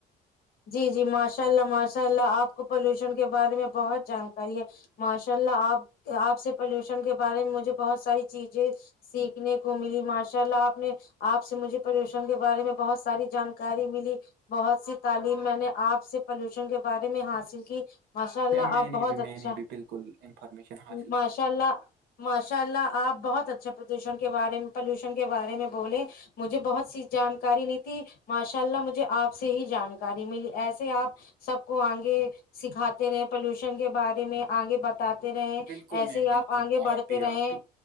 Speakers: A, on the left; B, on the right.
A: جی جی ماشاء اللہ ماشاء اللہ آپ کو پالوشن کے بارے میں بہت جانکاری ہے ماشاء اللہ آپ آپ سے پولوشن کے بارے میں مجھے بہت ساری چیزیں سیکھنے کو ملی ماشاء اللہ آپ نے آپ سے مجھے پردوشن کے بارے میں بہت ساری جانکاری ملی بہت سی تعلیم میں نے آپ سے پالوشن کے بارے میں حاصل کی ماشاء اللہ
B: میم میں
A: آپ
B: نے
A: بہت
B: بھی
A: اچھا
B: میں نے بھی بالکل انفارمیشن حاصل
A: ماشاء
B: کی
A: اللہ ماشاء اللہ آپ بہت اچھے پردوشن کے بارے پلوشن کے بارے میں بولیں مجھے بہت سی جانکاری نہیں تھی ماشاء اللہ مجھے آپ سے ہی جان اری ملی ایسے آپ سب کو آگے سکھاتے رہے پولوشن کے بارے میں آگے ب بتاتے رہے
B: بالکل
A: ایسے
B: میم
A: ہی
B: بالکل
A: آپ آگے بڑھتے
B: آپ بھی
A: رہے
B: آپ بھی